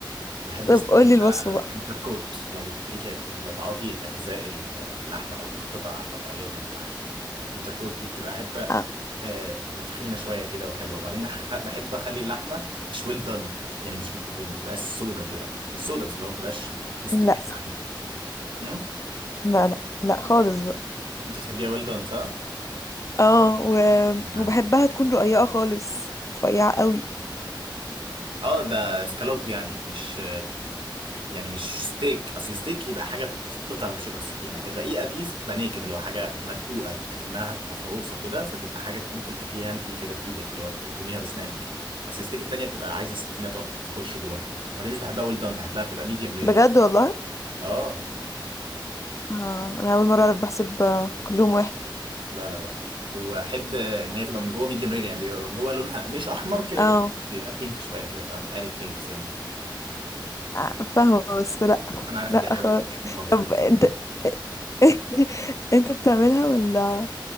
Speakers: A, on the right; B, on the left.
A: بحب
B: طب
A: ستيك
B: قولي
A: يبقى
B: الوصفة بقى
A: انتر كوت لو ليك يعني لو تعرفي اجزاء اللحمه او قطع قطعيات اللحمه انتر كوت دي بتبقى حته
B: آه.
A: آه، تخينه شويه كده وحلوه وبعدين بح- بحب اخلي اللحمه مش ويل دان يعني مش ما تبقاش سودا كده مش سودا بس اللي هو ما تبقاش مستويه
B: لا
A: تماما امم
B: لا لا لا خالص بقى
A: انت بتحبيها ويل دان صح؟
B: اه و...
A: معاك.
B: وبحبها تكون رقيقة خالص رفيعة قوي
A: اه ده سكالوب يعني مش يعني مش ستيك اصل الستيك يبقى حاجه تتقطع بالشوكه والسكينه الرقيقه دي بانيه كده اللي هو حاجه مدقوقه اكنها مفروصه كده فتبقى حاجه ممكن تاكليها انت كده بايدك اللي هو تقطميها باسنانك بس الستيك التانيه بتبقى عايزه سكينه تقعد تخش جواها ودي مش بحبها ويل دان بحبها بتبقى ميديوم رير
B: بجد والله
A: اه
B: اه انا اول مرة اعرف بحسب آه، كلهم واحد
A: لا لا لا واحب ان هي تبقى من جوه ميديوم رير يعني بيبقى من جوه لونها مش احمر كده
B: اه
A: كده بيبقى بينك شويه كده فاهم قالب بينك سنه يعني.
B: آه، فاهمة بس لا
A: انا عارف
B: لا
A: ان دي حاجه
B: خالص
A: بالنسبه لك مقززه
B: طب انت <laughs> انت بتعملها ولا